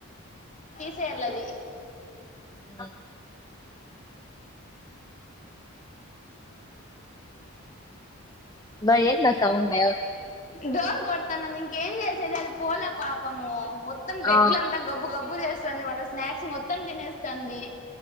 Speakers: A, on the left (about 35°); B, on the left (about 15°).
A: ఇచ్చేయాలది
B: హ్మ్ అబ్బా ఏందా సౌండ్
A: డోర్ కొడతన్నం ఇం ఏం చేసేదది పోలా పాపము మొత్తం బెడ్లంతా
B: ఆ
A: గబ్బు గబ్బు చేస్ వస్తంది మన స్నాక్స్ మొత్తం తినేస్తుంది